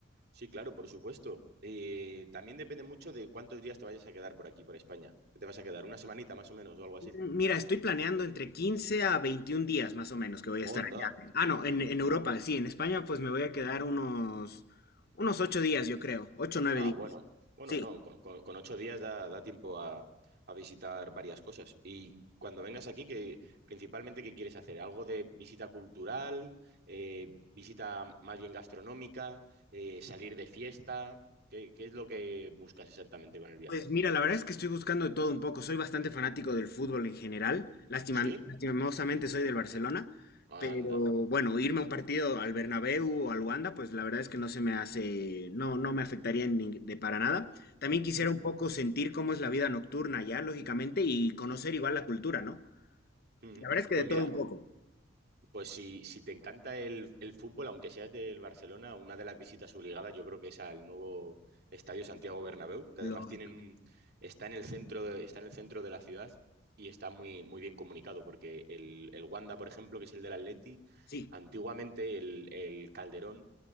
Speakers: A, on the right (about 55°); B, on the left (about 50°).
A: sí, claro, por supuesto. Eh, también depende mucho de cuántos días te vayas a quedar por aquí, por España. ¿Qué ¿Te vas a quedar una semanita más o menos o algo así?
B: Mira, estoy planeando entre 15 a 21 días más o menos que voy a
A: Onda.
B: estar allá. Ah, no, en, en Europa, sí, en España pues me voy a quedar unos, unos 8 días, yo creo, 8 o 9
A: Ah,
B: días.
A: bueno, bueno,
B: Sí,
A: no, con, con- con ocho días da, da tiempo a, a visitar varias cosas. Y cuando vengas aquí, que principalmente, ¿qué quieres hacer? ¿Algo de visita cultural, eh, visita más bien gastronómica, eh, salir de fiesta? ¿Qué, qué es lo que buscas exactamente con el viaje?
B: Pues mira, la verdad es que estoy buscando de todo un poco. Soy bastante fanático del fútbol en general. Lástima,
A: Sí,
B: lastimosamente soy del Barcelona,
A: anda.
B: pero bueno, irme a un partido al Bernabéu o al Wanda, pues la verdad es que no se me hace, no, no me afectaría en nin- de para nada. También quisiera
A: ¿Mm?
B: un poco sentir cómo es la vida nocturna allá, lógicamente, y conocer igual la cultura, ¿no?
A: Mm,
B: La verdad es que
A: Pues
B: de todo
A: mira,
B: un poco.
A: pues si, si te encanta el, el fútbol, aunque seas del Barcelona, una de las visitas obligadas yo creo que es al nuevo Estadio Santiago Bernabéu, que
B: Lógico.
A: además tienen un- está en el centro de, está en el centro de la ciudad y está muy, muy bien comunicado, porque el, el Wanda, por ejemplo, que es el del Atleti,
B: Sí.
A: antiguamente el, el Calderón